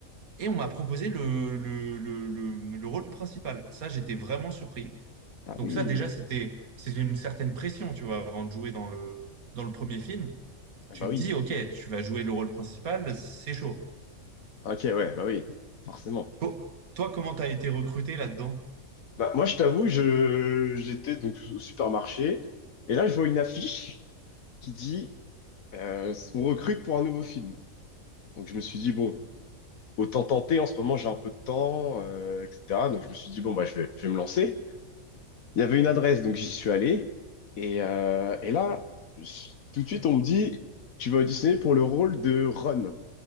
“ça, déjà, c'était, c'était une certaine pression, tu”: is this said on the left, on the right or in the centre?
Right